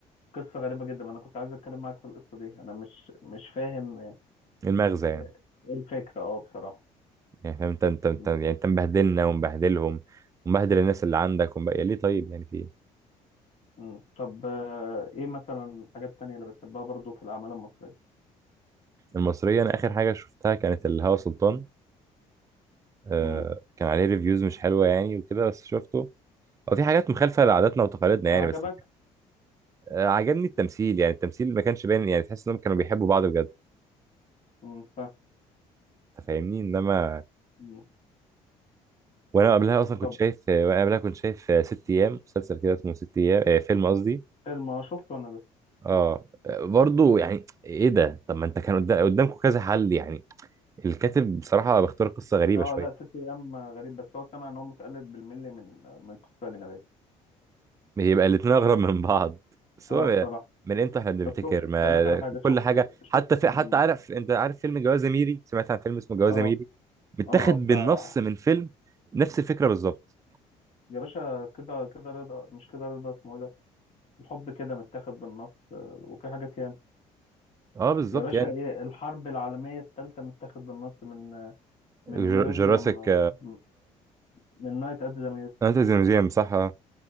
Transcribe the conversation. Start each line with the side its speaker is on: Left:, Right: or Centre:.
Left: قصه غريبه جدا انا كنت عايز اتكلم معاك في القصه دي انا مش مش فاهم
Right: المغزى
Left: آه،
Right: يعني
Left: ايه الفكره اه بصراحه
Right: يعني فاهم انت انت انت
Left: مم.
Right: يعني انت مبهدلنا ومبهدلهم ومبهدل الناس اللي عندك ومب... يا ليه طيب يعني في ايه
Left: مم. طب آه، ايه مثلا الحاجات التانية اللي بتحبها برضو في الاعمال المصريه
Right: المصرية انا اخر حاجة شفتها كانت الهوى سلطان آه
Left: امم
Right: كان عليه ريفيوز مش حلوة يعني وكده بس شفته هو في حاجات مخالفة لعاداتنا وتقاليدنا
Left: عجبك
Right: يعني بس آه عجبني التمثيل يعني التمثيل ما كانش باين يعني تحس انهم كانوا بيحبوا بعض بجد
Left: امم ف...
Right: انت فاهمني انما
Left: امم
Right: وانا قبلها اصلا كنت
Left: طب
Right: شايف آه، وانا قبلها كنت شايف آه، ست ايام مسلسل كده اسمه ست ايام آه فيلم قصدي
Left: فيلم شفته انا ده
Right: اه برضه يعني ايه ده طب ما انت كان قدامكم كذا حل يعني الكاتب بصراحة بيختار قصة غريبة
Left: اه
Right: شوية
Left: لا ست ايام غريب بس هو سمع ان هو متقلد بالملي من من قصه اجنبيه
Right: بيبقى الاتنين أغرب من بعض بس
Left: اه
Right: هو
Left: بصراحه
Right: من امتى احنا بنفتكر
Left: طب شفت
Right: ما
Left: هقول لك على حاجه
Right: كل
Left: شفت
Right: حاجة
Left: شفت
Right: حتى في حتى
Left: امم
Right: عارف انت عارف فيلم جواز ميري سمعت عن فيلم اسمه جواز
Left: اه
Right: ميري متاخد
Left: اه اه بتاع
Right: بالنص من فيلم نفس الفكرة بالظبط
Left: يا باشا كده كده رضا مش كده رضا اسمه إيه ده الحب كده متاخد بالنص آه، وفي حاجات ياما
Right: اه بالظبط
Left: يا باشا
Right: يعني
Left: ايه الحرب العالميه الثالثه متاخد بالنص من آه، من
Right: جر-
Left: ميوزيوم
Right: جوراسيك
Left: آه، من نايت ات ذا
Right: انت ميوزيوم صح آه.